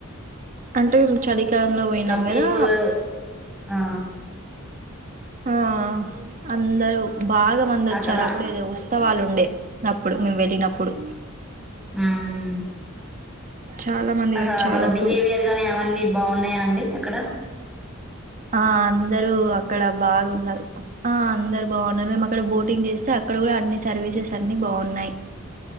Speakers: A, on the right; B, in the centre.
A: అంటే చలికాలంలో పోయినాం కదా
B: పీపుల్ ఆ
A: ఆ అ అందరు బాగా మంది వచ్చారు
B: అక్కడ
A: అప్పుడు ఏదో ఉత్సవాలు ఉండే అప్పుడు మేమ్ వెళ్ళినప్పుడు
B: మ్
A: చాలా మంది
B: అగ
A: వచ్చారు
B: వాళ్ళ
A: అప్పుడు
B: బిహేవియర్ గాని అవన్నీ బాగున్నాయా అండి క్కడ
A: ఆ అందరూ అక్కడ బాగున్నారు ఆ అందరు బాగున్నారు మేము అక్కడ బోటింగ్ చేస్తే, అక్కడ కూడా అన్ని సర్వీసెస్ అన్ని బావున్నాయి